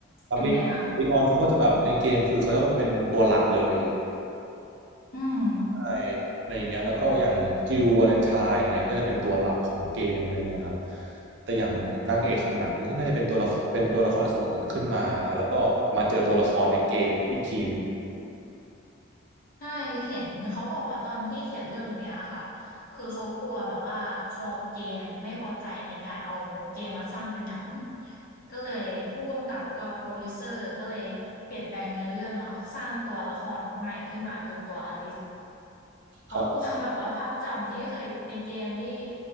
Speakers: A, on the right; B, on the left.
A: ครับลี
B: เป็นไงคะ
A: ลีออนเขาก็จะแบบในเกมคือเขาจะเป็นตัวหลักเลย
B: อืม
A: ใช่อะไรอย่างเงี้ยแล้วก็อย่างจิลวาเลนไทน์อย่างเงี้ยก็จะเป็นตัวหลักของเกมอะไรเงี้ยครับแต่อย่างนางเอกของหนังที่น่าจะเป็นตัวละครเป็นตัวละครสมมุติขึ้นมาแล้วก็มาเจอตัวละครในเกมอีกทีหนึ่ง
B: ใช่เห็นเขาบอกว่าตอนที่เขียนเรื่องเนี้ยค่ะคือเขากลัวแบบว่าคอเกมไม่พอใจในการเอาเกมมาสร้างเป็นหนังก็เลยผู้กำกับแล้วก็โปรดิวเซอร์ก็เลยเปลี่ยนแปลงเนื้อเรื่องเนาะสร้างตัวละครใหม่ขึ้นมาคือตัวอลิซเขากลัวแบบว่าภาพจำที่เคยในเกมที่
A: ครับ